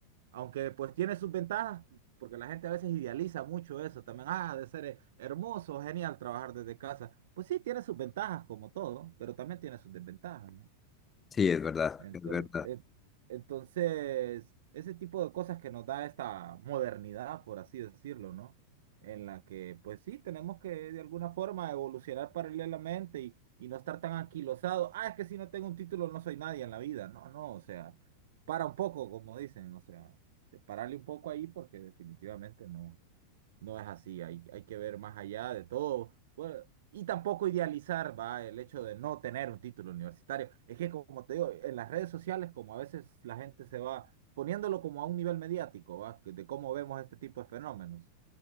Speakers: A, on the right; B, on the left.
A: aunque pues tiene sus ventajas, porque la gente a veces idealiza mucho eso también. Ah, ha de ser eh, hermoso, genial trabajar desde casa. Pues sí, tiene sus ventajas como todo, pero también tiene sus desventajas, ¿no?
B: Sí, es verdad,
A: Entonces,
B: es verdad.
A: entonces, ese tipo de cosas que nos da esta modernidad, por así decirlo, ¿no? En la que, pues sí, tenemos que de alguna forma evolucionar paralelamente y, y no estar tan anquilosados. Ah, es que si no tengo un título no soy nadie en la vida. No, no, o sea, para un poco, como dicen, o sea, te- pararle un poco ahí porque definitivamente no. No es así, hay, hay que ver más allá de todo. Bueno, y tampoco idealizar, va, el hecho de no tener un título universitario. Es que, como te digo, en las redes sociales, como a veces la gente se va poniéndolo como a un nivel mediático, va, de cómo vemos este tipo de fenómenos.